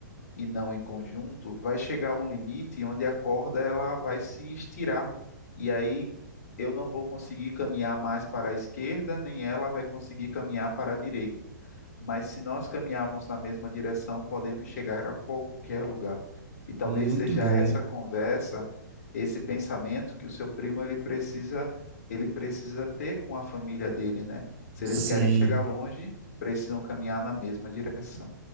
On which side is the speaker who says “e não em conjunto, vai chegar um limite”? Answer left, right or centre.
Left